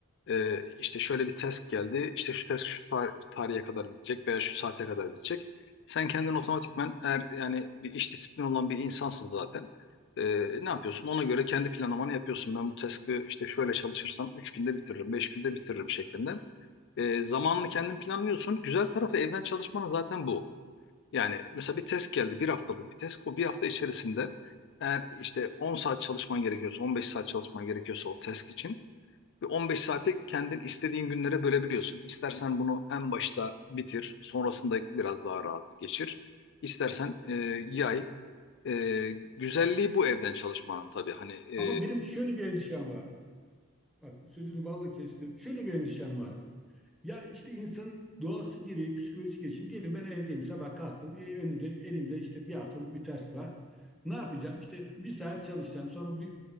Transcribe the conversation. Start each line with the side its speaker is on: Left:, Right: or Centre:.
Left: e, işte şöyle bir test geldi işte şu test şu tar- tarihe kadar bitecek veya şu saate kadar bitecek sen kendin otomatikmen eğer yani bir iş disiplini olan bir insansın zaten E, ne yapıyorsun ona göre kendi planlamanı yapıyorsun ben bu task'ı işte şöyle çalışırsam 3 günde bitiririm 5 günde bitiririm şeklinde E, zamanını kendin planlıyorsun güzel tarafı evden çalışmanın zaten bu. Yani mesela bir test geldi, bir haftalık bir test. O bir hafta içerisinde eğer işte 10 saat çalışman gerekiyorsa, 15 saat çalışman gerekiyorsa o test için bir 15 saati kendin istediğin günlere bölebiliyorsun. İstersen bunu en başta bitir, sonrasında biraz daha rahat geçir. İstersen e, yay. E, güzelliği bu evden çalışmanın tabii. Hani e,
Centre: Ama benim şöyle bir endişem var. Bak sözünü balla kestim. Şöyle bir endişem var. Ya işte insanın doğası gereği, psikolojisi gereği. Şimdi diyelim ben evdeyim, sabah kalktım. E, önümde, elimde işte bir haftalık bir task var. Ne yapacağım? İşte bir saat çalışacağım. Sonra bir